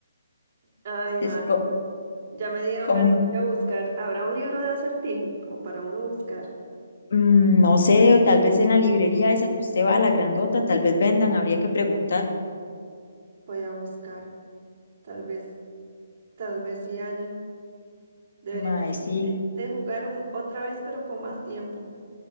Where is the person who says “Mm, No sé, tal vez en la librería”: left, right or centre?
Left